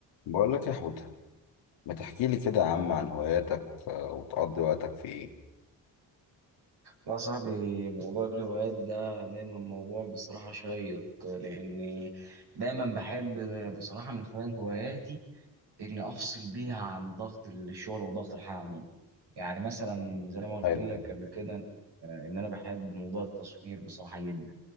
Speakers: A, on the left; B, on the right.
A: بقول لك يا حود ما تحكي لي كده يا عم عن هواياتك آه، وتقضي وقتك في ايه
B: لا صاحبي موضوع الهوايات ده دايما موضوع بصراحة شيق لأني دايما بحب بصراحة من خلال هواياتي إني أفصل بيها عن ضغط الشغل وضغط الحياة عموما يعني مثلا زي ما قلت
A: حلو
B: لك
A: ده.
B: قبل كده إن أنا بحب موضوع التصوير بصراحة جدا